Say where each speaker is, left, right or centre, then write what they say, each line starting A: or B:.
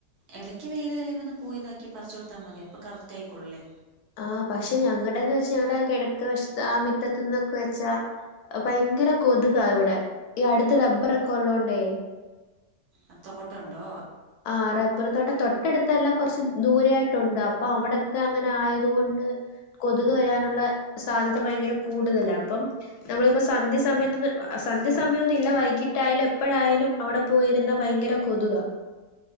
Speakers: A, on the right; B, on the left.
A: എടയ്ക്ക് വെയില് തെളിയുമ്പൊന്ന് പോയിതാക്കി പറിച്ച് കൊടുത്താ മതി അപ്പൊ കറക്റ്റ് ആയിക്കൊള്ളുല്ലേ.
B: ആഹ് പക്ഷെ ഞങ്ങടെന്ന് വെച്ച ഞങ്ങടെ കിഴക്ക് വശത്ത് ആ മിറ്റത്ത്ന്നൊക്കെ വെച്ചാ, ഭയങ്കര കൊതുകാ ഇവടെ. ഈ അടുത്ത റബ്ബറ് ഒക്കെ ഉള്ളോണ്ടേ.
A: അഹ് തോട്ടണ്ടോ?
B: ആഹ് റബ്ബർതോട്ട, തൊട്ടടുത്തല്ലാ കൊറച്ച് ദൂരെ ആയിട്ടുണ്ട് അപ്പൊ അവടൊക്കെ അങ്ങനെ ആയത് കൊണ്ട്. കൊതുക് വരാനുള്ള സാധ്യത ഭയങ്കര കൂടുതലാ അപ്പം. നമ്മളിപ്പോ സന്ധ്യ സമയത്ത്ന്ന് സന്ധ്യ സമയൊന്നില്ല വൈകിട്ടായാലും എപ്പഴായാലും. അവടെ പോയിരുന്നാ ഭയങ്കര കൊതുകാ.